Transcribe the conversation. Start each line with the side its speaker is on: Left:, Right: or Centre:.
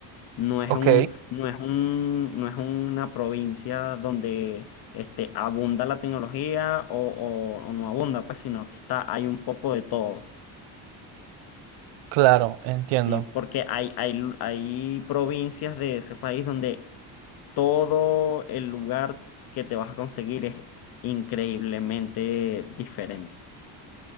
Left: No es
Right: Ok,
Left: un, no es un, no es una provincia donde este, abunda la tecnología o, o- o no abunda, pues, sino que está, hay un poco de todo.
Right: claro, entiendo.
Left: Sí, porque hay, hay, lu- hay provincias de ese país donde todo el lugar que te vas a conseguir es increíblemente diferente.